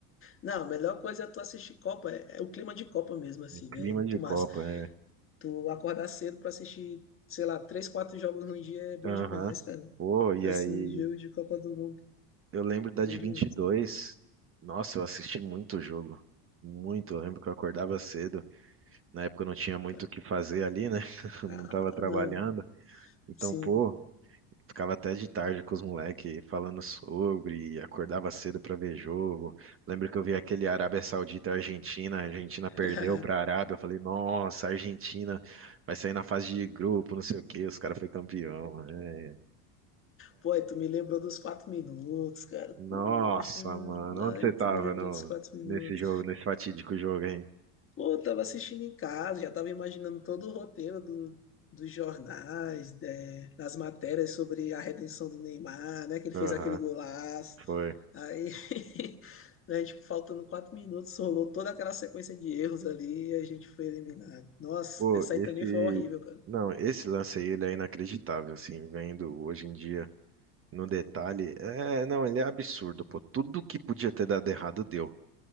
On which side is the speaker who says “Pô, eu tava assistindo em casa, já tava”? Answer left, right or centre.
Left